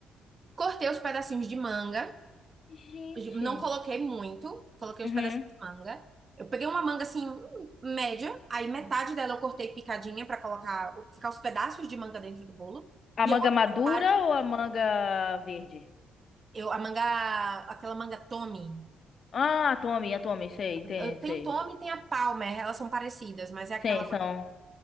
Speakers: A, on the right; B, on the left.
A: Cortei os pedacinhos de manga,
B: Gente.
A: não coloquei muito, coloquei os
B: Uhum.
A: pedacinhos de manga. Eu peguei uma manga assim, hum, média, aí metade dela eu cortei picadinha pra colocar, ficar os pedaços de manga dentro do bolo.
B: A
A: E
B: manga
A: a outra
B: madura
A: metade
B: ou a manga verde?
A: Eu, a manga, aquela manga Tommy.
B: Ah, a Tommy, a Tommy, sei, entendi,
A: Eu- Tem
B: sei.
A: Tommy e tem a Palmer, elas são parecidas, mas é aquela.
B: Sim, são.